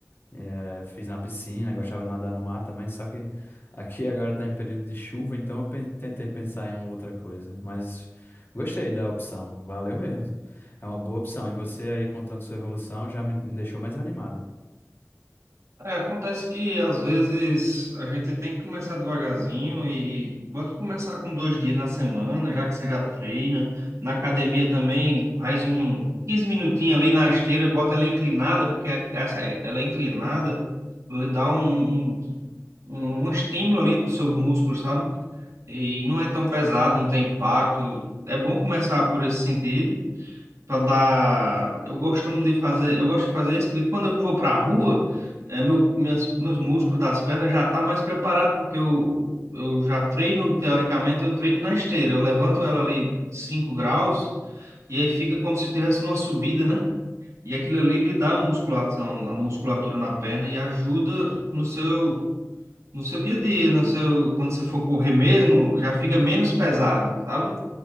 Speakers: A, on the left; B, on the right.
A: eh, fiz na piscina, gostava de nadar no mar também, só que aqui <laughs> agora está em período de chuva, então eu pen- tentei pensar em uma outra coisa. Mas gostei da opção, valeu mesmo. É uma boa opção. E você aí contando sua evolução já me deixou mais animado.
B: É, acontece que às vezes a gente tem que começar devagarzinho e bota começar com dois dias na semana, já que você já treina. Na academia também faz um 15 minutinhos ali na esteira, bota ela inclinada, porque a- essa, ela é inclinada, ela dá um, um, um um estímulo ali para os seus músculos, sabe? E não é tão pesado, não tem impacto. É bom começar por esse sentido para dar. Eu costumo de fazer, eu gosto de fazer isso porque quando eu vou para a rua, é, meu, minhas, meus músculos das pernas já tá mais preparado porque eu, eu já treino, teoricamente, eu treino na esteira. Eu levanto ela ali 5 graus e aí fica como se tivesse uma subida, né? E aquilo ali lhe dá musculação, a musculatura na perna e ajuda no seu, no seu dia a dia, no seu, quando você for correr mesmo, já fica menos pesado, sabe?